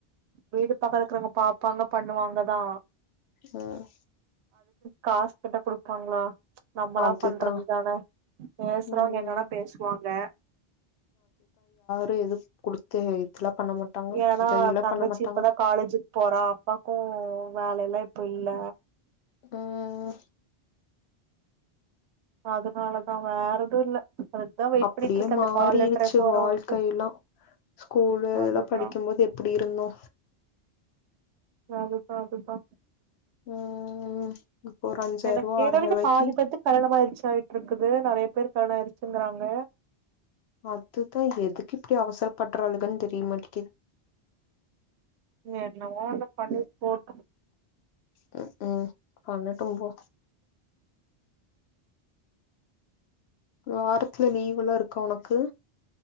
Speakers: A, on the right; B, on the left.
A: வீடு பக்கோ இருக்குறவுங்க பாப்பாங்க பண்ணுவாங்க தா
B: ம்
A: காஸ் கேட்ட குடுப்பாங்களா நம்மளா
B: அதுதா
A: பண்றது தான பேசுறவங்க
B: ம்
A: என்னவேனா பேசுவாங்க
B: ரு எதுக் குடுத்து இதெல்லா பண்ண மாட்டாங்க
A: ஏனா
B: உதவியெல்லா
A: தங்கச்சி
B: பண்ண மாட்டாங்க
A: இப்பதா காலேஜுக் போறா அப்பாக்கு வேல எல்லா இப்போ இல்ல
B: உம் ம்
A: அதுனாலதா வேற எது இல்ல அதுக்குதா வெயிட்
B: அப்டியே
A: பண்ணிட்டு இருக்கே அந்த
B: மாறிருச்சு
A: கால் லெட்டர் எப்ப வருன்ட்டு
B: வாழ்க்கைய எல்லா ஸ்கூல்
A: அதுதா
B: லா படிக்கும்போது எப்டி இருந்தோ
A: அதுதா அதுதா
B: ம் இப்போ ஒரு அஞ்சாயிரூவா
A: எனக்கு கேட்ட
B: ஆறாயிரூவாய்க்கி
A: வரைக்கு பாதிப்பேத்துக்கு கல்யாணமாயிருச்சு ஆயிட்டு இருக்குது நெறைய பேரு கல்யாண ஆயிச்சுன்றாங்க
B: அதுதா எதுக்கு இப்டி அவசரப்படுறாளுங்கனு தெரியமாட்டேக்கிது
A: என்னவோ ஒன்னு பண்ணிட்டு போட்டு
B: க் ம் பண்ணட்டு போ வாரத்துல லீவ்ல்லா இருக்கா ஒனக்கு